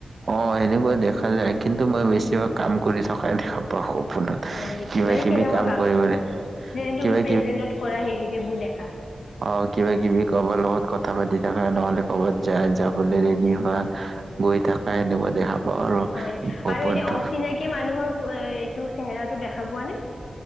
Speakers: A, on the right; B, on the left.
A: অঁ' এনেকুৱা দেখা যায়, কিন্তু মই বেছিভাগ কাম কৰি থকাই দেখা পাওঁ সপোনত।
B: হয় নেকি,
A: কিবা
B: মানে
A: কিবি
B: কেনেকুৱা কাম
A: কৰিবলে
B: কৰি থকা, যেনে
A: কিবা
B: তুমি প্ৰেজেন্টত কৰা হেৰি সেইবোৰ দেখা।
A: অঁ' কিবা কিবি কাবাৰ লগত কথা পাতি থকা নহ'লে কৰ'বাত যায় যাবলে ৰেডি হোৱা। গৈ থাকা
B: অঁ'
A: সেনেকুৱা
B: অঁ'
A: দেখা পাওঁ আৰু
B: হয়
A: সপোনটো।
B: আৰু এনেই অচিনাকি মানুহৰ এ এইটো- চেহেৰাটো দেখা পোৱা নে?